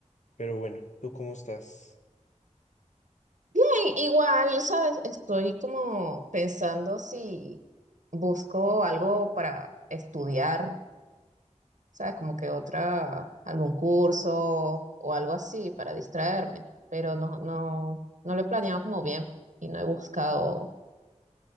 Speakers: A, on the left; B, on the right.
A: pero bueno, ¿tú cómo estás?
B: Bien, igual, ¿sabes? Estoy como pensando si busco algo para estudiar, ¿sabes? Como que otra, algún curso o algo así para distraerme, pero no, no, no lo he planeado como bien y no he buscado